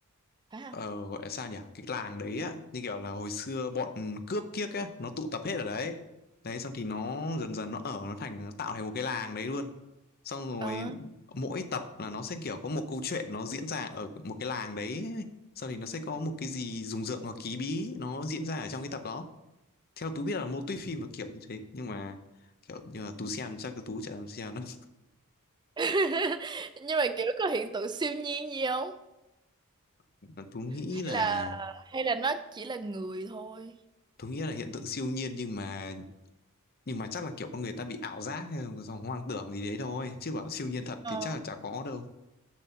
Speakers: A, on the right; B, on the left.
A: Phải không?
B: ờ, gọi là sao nhỉ cái làng đấy á như kiểu là hồi xưa bọn cướp kiếc ấy nó tụ tập hết ở đấy đấy xong thì nó dần dần nó ở nó thành nó tạo thành một cái làng đấy luôn xong rồi
A: Ờ.
B: mỗi tập là nó sẽ kiểu có một câu chuyện nó diễn ra ở một cái làng đấy sau thì nó sẽ có một cái gì rùng rợn hoặc ký bí nó diễn ra ở trong cái tập đó theo Tú biết là mô típ phim là kiểu như thế nhưng mà kiểu như là Tú xem chắc là Tú chả làm xem đâu
A: <laughs> Nhưng mà kiểu có hiện tượng siêu nhiên gì không?
B: <laughs> Tú nghĩ
A: Hay
B: là
A: là hay là nó chỉ là người thôi?
B: Tú nghĩ là hiện tượng siêu nhiên nhưng mà nhưng mà chắc là kiểu con người ta bị ảo giác hay là hoang tưởng gì đấy thôi chứ bảo siêu nhiên thật
A: Ờ.
B: thì chắc là chả có đâu